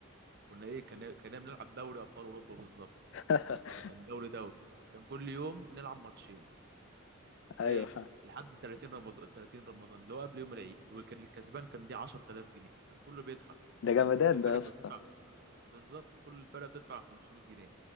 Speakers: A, on the right; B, on the left.
A: كنا ايه كان كنا بنلعب دوري ابطال اوروبا بالظبط
B: <laughs>
A: يعني كان دوري دوري كان كل يوم نلعب ماتشين
B: ايوه
A: ايه
B: فاهم.
A: لحد 30 رمضان 30 رمضان اللي هو قبل يوم العيد وكان الكسبان كان ليه 10000 جنيه كان كله بيدفع
B: ده
A: يعني
B: جمدان
A: كل فرقه
B: ده يا اسطى
A: بتدفع بالظبط كل فرقه بتدفع 500 جنيه